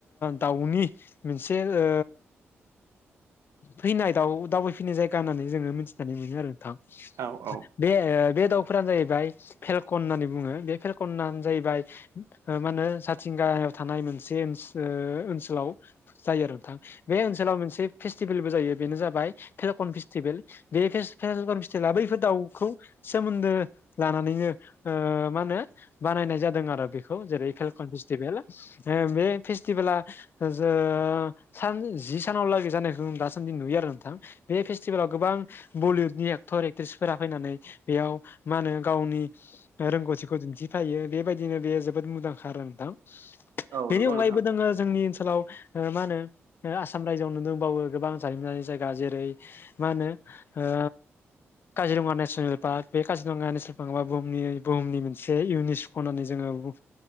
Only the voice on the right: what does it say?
औ औ
औ
नंगौ
नोंथां